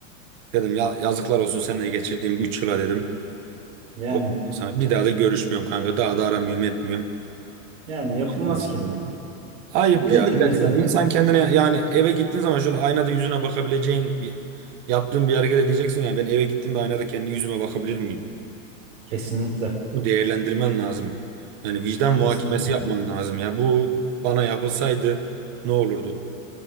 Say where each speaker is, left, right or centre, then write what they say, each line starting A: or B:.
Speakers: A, on the right; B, on the right.
A: Dedim ya yazıklar olsun seninle geçirdiğim 3 yıla dedim.
B: Yani
A: O, sana bir daha da görüşmüyorum kanka. Daha da aramıyorum etmiyorum.
B: yani yapılmaz
A: <laughs> Ondan sonra-
B: ki.
A: Ayıp
B: Nedir
A: ya
B: mesela?
A: gerçekten. insan kendine yani eve gittiğin zaman şöyle aynada yüzüne bakabileceğin bir yaptığın bir hareket edeceksin ya ben eve gittiğimde aynada kendi yüzüme bakabilir miyim?
B: Kesinlikle.
A: Bu değerlendirmen lazım. Yani vicdan muhakemesi
B: Kesinlikle.
A: yapman lazım ya. Bu bana yapılsaydı ne olurdu?